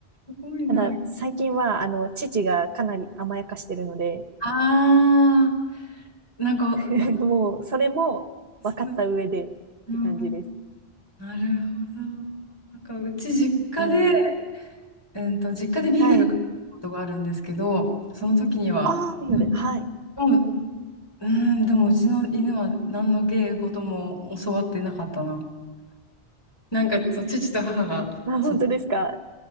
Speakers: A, on the left; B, on the right.
A: すごいな。
B: ただ、最近は、あの、父がかなり甘やかしてるので、
A: あー、なんか、なんか
B: <laughs> もう、それも分かった上でって感じです。
A: そう、うんうん、なるほど。なんかうち実家で、
B: うん。
A: うんと、実家でビーグル買ったことがあるんですけど、
B: はい。
A: その時には、
B: ああ、ビオレ。
A: でも、
B: はい。
A: でもうん、でもうちの犬は何の芸事も教わってなかったな。なんか、そう、父と母が、
B: あ、
A: そう、
B: 本当ですか。